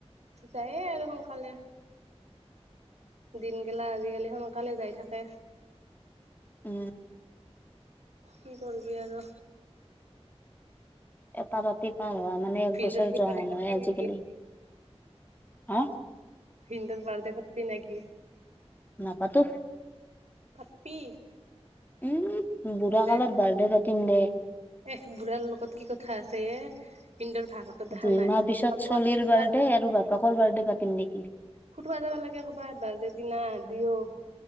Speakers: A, on the right (about 80°); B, on the left (about 15°).
A: যায়ে আৰু সোনকালে, দিন গেলা আজিকালি সোনকালে যাই থাকে।
B: উম।
A: কি কৰিবি আৰু?
B: এটা ৰাতি পাৰ হোৱা মানে এক
A: ভিন্দৰ
B: বছৰ
A: কি
B: যোৱা
A: বাৰ্থ দে
B: হেন
A: পতবি
B: হয় আজিকালি
A: নেকি?
B: হা
A: ভিন্দৰ বাৰ্থ দে পতবি নেকি?
B: নাপাতো।
A: পাতবি।
B: উমহ বুঢ়া
A: বাৰ্থডে
B: কালত বাৰ্থডে পাত টীম দে
A: এহ বুঢ়াৰ লগত কি কথা আছে এ। ভিনদেউৰ ভাগতো দেখা
B: দুই
A: নাই
B: মাহ পিছত
A: ক'বাত
B: চলিৰ
A: ক'বাত
B: বাৰ্থডে আৰু বাপেকৰ বাৰ্থডে পাত টিম নেকি।
A: ফুটোয়া যাবা লাগে কৰ'বাত বাৰ্থডে দিনা দুইও।